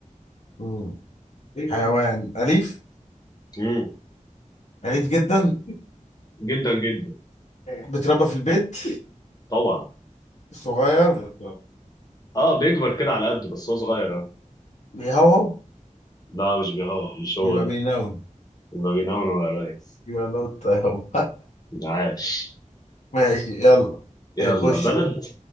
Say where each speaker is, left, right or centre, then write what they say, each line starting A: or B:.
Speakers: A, on the left; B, on the left.
A: مم. بيج بانج حيوان أليف
B: امم
A: أليف جدا
B: جدا جدا
A: بيتربى في البيت
B: طبعا
A: صغير
B: اه بيكبر كده على قده بس هو صغير اه
A: بيهوهو
B: لا مش بيهوه مش هو
A: يبقى
B: ده
A: بينون
B: يبقى بينون ولا ريس
A: يبقى نوت أهو
B: عاش
A: <laughs> ماشي يلا
B: يلا
A: إيه، خش
B: بلد